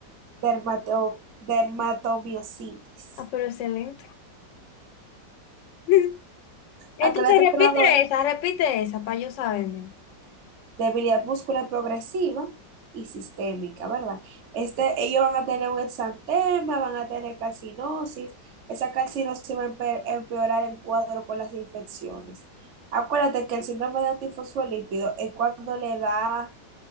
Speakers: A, on the right; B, on the left.
A: dermato- dermatomiositis.
B: Ah, pero excelente. <laughs> Entonces
A: Acuérdate
B: repite
A: que la,
B: esa, repite esa para yo saberme.
A: debilidad muscular progresiva y sistémica, ¿verdad? Este, ellos van a tener un exantema, van a tener calcinosis, esa calcinosis va a empe- empeorar el cuadro con las infecciones. Acuérdate que el síndrome de antifosfolípido es cuando le da